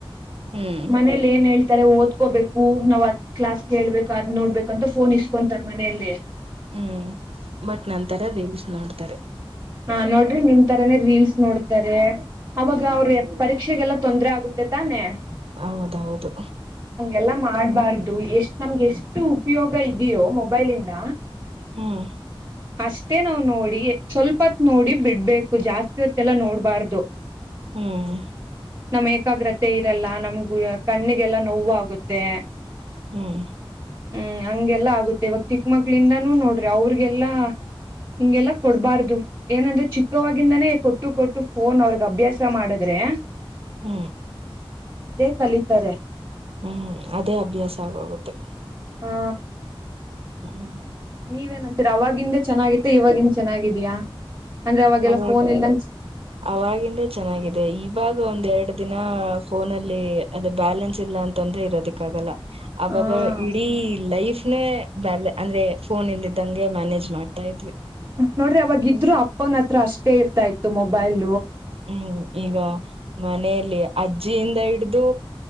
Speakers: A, on the right; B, on the right.
A: ಹ್ಮ್
B: ಮನೇಲಿ ಏನ್ ಹೇಳ್ತ ತರ ಓದ್ಕೋಬೇಕು ನಾವ್ ಅದ್ ಕ್ಲಾಸ್ ಕೇಳ್ಬೇಕು ಅದ್ ನೋಡ್ಬೇಕು ಕಂತ ಫೋನ್ ಇಸ್ಕೊಂತರ್ ಮನೆಯಲ್ಲಿ
A: ಹ್ಮ್ ಬಟ್ ನಂತರ ರೀಲ್ಸ್ ನೋಡ್ತಾರೆ
B: ಹಾ ನೋಡ್ರಿ ನಿಮ್ ತರಾನೇ ರಿಲ್ಸ್ ನೋಡ್ತಾರೆ ಅವಾಗ ಅವ್ರ ಪರೀಕ್ಷೆಗೆಲ್ಲ ತೊಂದರೆ ಆಗುತ್ತೆ ತಾನೆ
A: ಹೌದೌದು
B: ಎಲ್ಲಾ ಮಾಡಬಾರದು ಎಷ್ಟು ನಮಗೆ ಎಷ್ಟು ಉಪಯೋಗ ಇದಿಯೋ ಮೊಬೈಲ್ ಇಂದ
A: ಹ್ಮ್
B: ಅಷ್ಟೇ ನಾವ್ ನೋಡಿ ಸ್ವಲ್ಪ ಹೊತ್ತು ನೋಡಿ ಬಿಡಬೇಕು ಜಾಸ್ತಿ ಹೊತ್ತಲ್ಲ ನೋಡಬಾರದು
A: ಹ್ಮ್
B: ನಮ್ ಏಕಾಗ್ಇರಲ್ಲ ನಮಗೂ ಕಣ್ಣಿಗೆಲ್ಲ ನೋವು ಆಗುತ್ತೆ
A: ಹ್ಮ್
B: ಹ್ಮ್ ಹಂಗೆಲ್ಲಾ ಆಗುತ್ತೆ ಇವಾಗ ಚಿಕ್ಕ ಚಿಕ್ಕ ಮಕ್ಕಳಿಂದಾನು ನೋಡ್ರಿ ಅವರಿಗೆಲ್ಲ ಹಿಂಗೆಲ್ಲಾ ಕೊಡಬಾರದು ಏನಂದ್ರೆ ಚಿಕ್ಕವಾಗಿಂದಾನೇ ಕೊಟ್ಟು ಕೊಟ್ಟು ಫೋನ್ ಅವರಿಗೆ ಅಭ್ಯಾಸ ಮಾಡಿದ್ರೆ
A: ಹೂ
B: ಕಲಿತರೆ
A: ಹೂಅದೇ ಅಭ್ಯಾಸ ಆಗೋಗುತ್ತೆ
B: ಹಾ
A: ಹ್ಮ್
B: ನೀವೇನಂತೀರಾ ಅವವಾಗಿಂದ ಚೆನ್ನಾಗಿತ್ತ ಇವಾಗಿಂದ ಚೆನ್ನಾಗಿದ್ಯಾ ಅಂದ್ರೆ ಅವಾಗೆಲ್ಲ
A: ಅವ
B: ಫೋನ್ ಇಲ್ದಂಗ
A: ಅವಾಗಿಂದೆ ಚೆನ್ನಾಗಿದೆ ಇವಾಗ ಒಂದ್ ಎರಡು ದಿನ ಫೋನಲ್ಲಿ ಅದುಬ್ಯಾಲೆನ್ಸ್ ಇಲ್ಲ ಅಂತಂದ್ರೆ ಇರೋದಕ್ಕೆ ಆಗಲ್ಲ ಅವಾಗ
B: ಹ
A: ಇಡೀ ಲೈಫ್ ನೇ ಬ ಅಂದ್ರೆ ಫೋನ್ ಇಲ್ಲ <unintelligible> ಇದ್ದಂಗೆ ಮ್ಯಾನೇಜ್ ಮಾಡ್ತಾ ಇದ್ವಿ
B: ನೋಡ್ರಿ ಅವಾಗ ಇದ್ರು ಅಪ್ಪನ ಹತ್ರ ಅಷ್ಟೇ ಇರ್ತಾ ಇತ್ತು ಮೊಬೈಲ್
A: ಹ್ಮ್ ಈಗ ಮನೆಯಲ್ಲಿ ಅಜ್ಜಿಯಿಂದ ಹಿಡ್ದು